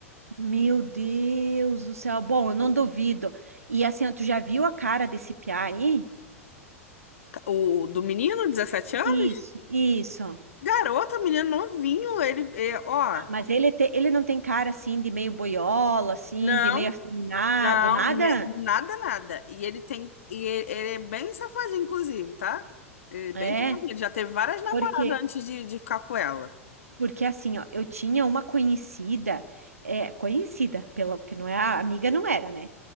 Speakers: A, on the right; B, on the left.
A: meu Deus do céu. Bom, eu não duvido. E assim, ó, tu já viu a cara desse piá aí?
B: O do menino, 17 anos?
A: Isso, isso.
B: Garota, menino novinho, ele, é, ó.
A: Ah, mas ele, te- ele não tem cara assim de meio boiola, assim,
B: Não,
A: de meio afeminado,
B: Não,
A: nada?
B: ne- nada, nada. E ele tem. E ele, ele é bem safadinho, inclusive, tá? Ele é bem
A: É,
B: safadinho. Ele já teve várias namoradas
A: porque,
B: antes de, de ficar com ela.
A: porque assim, ó, eu tinha uma conhecida, é, conhecida, pela, porque não é, a amiga não era, né?